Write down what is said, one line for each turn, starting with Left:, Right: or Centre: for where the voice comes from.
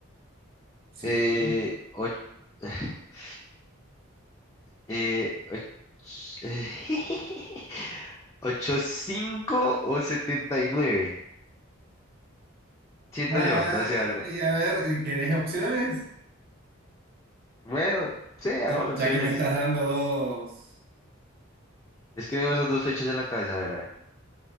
Right: Sí.
Left: eh, och- <sighs> eh, och- <laughs> 85 o setenta y nueve Siento
Right: Ay,
Left: yo, no sé, algo,
Right: a ver, ¿querés opciones?
Left: Bueno, sí, hagámosle
Right: Ya,
Left: opciones.
Right: ya que me estás dando dos.
Left: Es que tengo esas dos fechas en la cabeza, a ver. a ver.